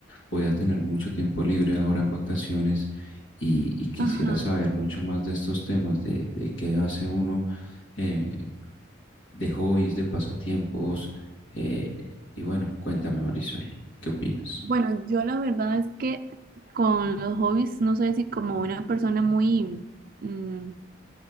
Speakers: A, on the left; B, on the right.
A: voy a tener mucho tiempo libre ahora en vacaciones y, y quisiera
B: Ajá.
A: saber mucho más de estos temas, de, de qué hace uno, eh, de hobbies, de pasatiempos. eh, y bueno, cuéntame, Marisol, ¿qué opinas?
B: Bueno, yo la verdad es que con los hobbies no soy así como una persona muy, mm,